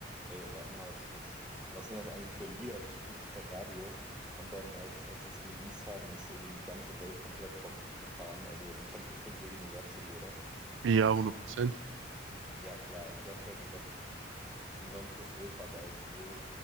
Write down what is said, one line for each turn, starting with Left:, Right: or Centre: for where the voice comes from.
Centre: ey, sag mal, was, was, was sind das eigentlich für Lieder? Das spielt doch kein Radio. Und dann, als, als sie es released haben, ist irgendwie die ganze Welt komplett darauf abgefahren. Also, du kennst bestimmt Bohemian Rhapsody, oder?
Right: Ja, hundert Prozent.
Centre: Ja, klar, also das ist ja so das das ist ein Nonplusultra-Beispiel